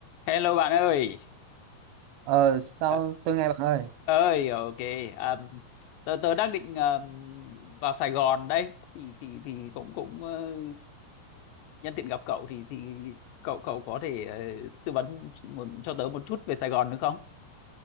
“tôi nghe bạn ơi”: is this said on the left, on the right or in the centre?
Right